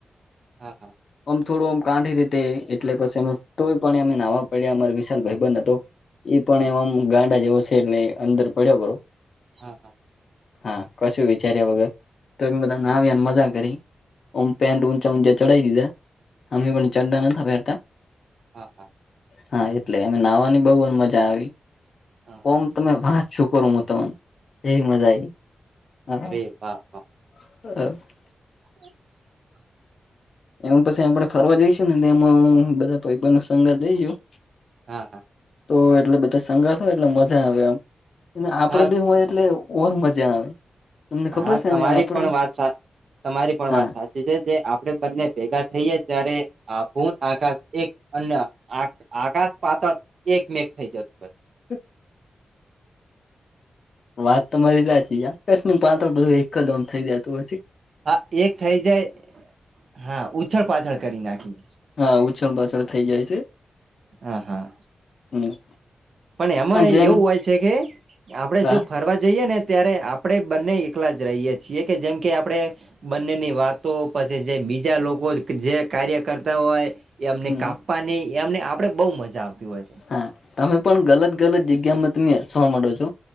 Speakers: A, on the right; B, on the left.
A: હા. હા.
B: આમ થોડુંમ કાંઠી રીતે એટલે પસી તો પણ અમે નાવા પડ્યા. અમા વિશાલ ભાઈબન હતો. એ પણ
A: હા
B: એમ ગાંડા જેવ છે. એટલે અંદર પડ્યો પરો.
A: હા હા
B: હા કશું વિચાર્યા વગર તો બધા ના
A: હા
B: આવ્યા
A: હા
B: અને મજા કરી ઓમ પેન્ટ
A: હા
B: ઊંચા ઊંચ ચઢાવ દીધા. અમે પણ ચડડા ના પહેરતા
A: હા હા
B: હા એટલે એમ નાવાની બહ મજા આવી
A: હા હા
B: ઓમ તમે વાત છું કરો એવી મજા આવી
A: એ રે વાહ વાહ
B: <unintelligible>
A: <inaudible>
B: એમાં પછી આપણે ફરવા જઈશું નેમાં હ બધા ન સંગા જઈશું.
A: હા હા
B: તો એટલે બધા સંગથ હોય એટલે મજા આવે આમ આપડે
A: હા
B: બી હોય એટલે ઓર મજા આવે. તમને ખબર
A: હા
B: છે
A: તમારી
B: ને આપડે
A: પણ વાત સા તમારી પણ
B: હા
A: વાત સાચ આપણે બંને ભેગા થઈે ત્યારે આ આકાશ એક અ આકાશ પાતળ એકમેક થઈ જતું હોય છે.
B: <inaudible> વાત તો મારી સાચી યાકાસ પાતળ ત્રણ બધું એક જમ થઈ જયાતું પછી
A: હા એક થઈ જાય. હા ઉછળ પાછળ કરી નાખીએ.
B: હા ઉછણ પાછળ થઈ જાય છે.
A: હા હા
B: હમ
A: પણ એમાં
B: જેમ
A: એવું હોય છે કે આપણે
B: હા
A: જો ફરવા જઈએ ને ત્યારે આપણે બંને એકલા જ રહીએ છીએ કે જેમ કે આપડણે બંનેની વાતો પછી જે બીજા લોકો જે કાર્ય કરતા હોય. એમને
B: હમ
A: કાપવાની એમને આપડે બહઉ મજા આવતી હોય છે.
B: હા તમે પણ ગલત ગલત જગ્યામાં તમેસવા માંડો છો